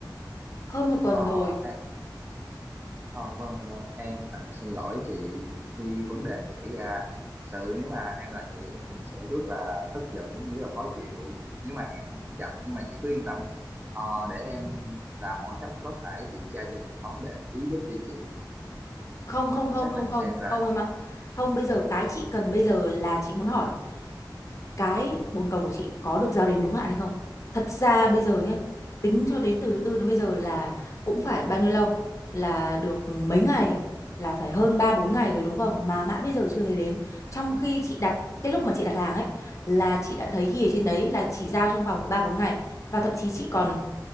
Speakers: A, on the left; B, on the right.
A: Hơn một tuần
B: Ờ,
A: rồi.
B: à, ờ, vâng, vâng, em thành thật xin lỗi chị khi vấn đề này xảy ra. Sự nếu mà em là chị em cũng sẽ rất là tức giận cũng như rất là khó chịu nếu mà hàng của mình đến chậm. Nhưng mà chị cứ yên tâm, ờ, để em làm mọi cách có thể kiểm tra trên hệ thống để giúp cho chị
A: Không
B: ừm,
A: không không
B: xác
A: không
B: định
A: không,
B: xem là
A: không em ạ. Không bây giờ cái chị cần bây giờ là chị muốn hỏi cái bồn cầu của chị có được giao đến đúng hạn hay không thật ra bây giờ nhé tính cho đến từ thứ tư đến bây giờ là cũng phải bao nhiêu lâu là được mấy ngày là phải hơn 3 4 ngày rồi đúng không mà mãi bây giờ chưa thấy đến trong khi chị đặt cái lúc mà chị đặt hàng ấy là chị đã thấy ghi ở trên đấy là chỉ giao trong vòng có 3 4 ngày và thậm chí chị còn